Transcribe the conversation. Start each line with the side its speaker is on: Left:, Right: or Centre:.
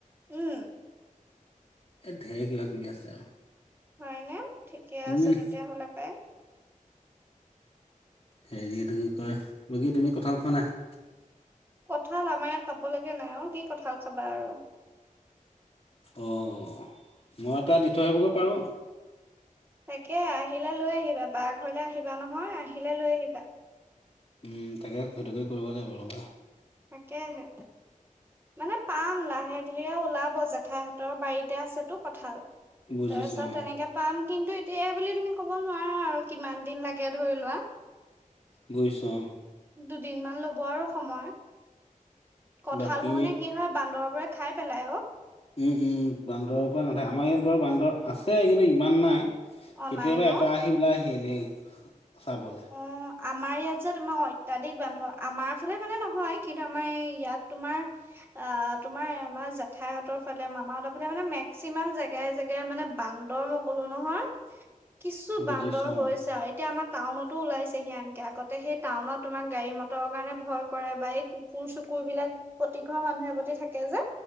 Right: উম।
Left: এই ঢেৰ কিবা কিবি আছে আৰু।
Right: হয় নে ঠিকে
Left: উম,
Right: আছে তেতিয়াহ'লে পাই।
Left: সেৰি এইটো কি কয় বাকী তুমি কঁঠাল খোৱা নাই?
Right: কঁঠাল আমাৰ ইয়াত পাব লগে নাই অঁ কি কঁঠাল খাবা আৰু।
Left: অঁ মই এটা দি থৈ আহিবগৈ পাৰোঁ।
Right: তাকে আহিলে লৈ আহিবা বাৰ ঘৰলে আহিবা নহয়। আহিলে লৈ আহিবা
Left: উম তাকে, সেইটোকে কৰিব লাগিব ৰবা।
Right: তাকে হে। মানে পাম লাহে ধীৰে ওলাব জেঠাইহঁতৰ বাৰীতে আছেটো কঁঠাল।
Left: বুজিছোঁ
Right: তাৰ পিছত
Left: অ',
Right: তেনেকে পাম কিন্তু এতিয়া- বুলি তুমি ক'ব নোৱাৰা আৰু কিমান দিন লাগে ধৰি লোৱা।
Left: বুজিছোঁ অঁ ।
Right: দুদিন মান ল'ব আৰু সময়। কঁঠালবোৰ
Left: বাকী
Right: মানে কি হয় বান্দৰবোৰে খাই পেলাই অঁ।
Left: উম উম বান্দৰৰ পৰা নাথাকে আমাৰ ইয়াত বাৰু বান্দৰ আছে কিন্তু ইমান নাই।
Right: অনাই
Left: কেতিয়াবা
Right: ন
Left: এটা আহি ওলাই আহি এনেই চাবলৈ।
Right: অ আমাৰ ইয়াত যে তোমাৰ অত্যাধিক বান্দৰ । আমাৰ ফালে মানে নহয় কিন্তু আমাৰ এই ইয়াত তোমাৰ- আ তোমাৰ আমাৰ জেঠাইহঁতৰ ফালে মামাহতৰ ফালে মানে মেক্সিমাম জেগাই জেগাই মানে বান্দ- বান্দৰ মই কলো নহয় কিছু
Left: বুজিছো
Right: বান্দৰ হৈছে
Left: অ'।
Right: আৰু এতিয়া আমাৰ টাউনত- টো ওলাইছেহি আনকে আগতে সেই টাউনত তোমাক গাড়ী মটৰৰ কাৰণে ভয় কৰে বা এই কুকুৰ চুকুৰ বিলাক- প্ৰতি ঘৰৰ মানুহৰ প্ৰতি থাকে যে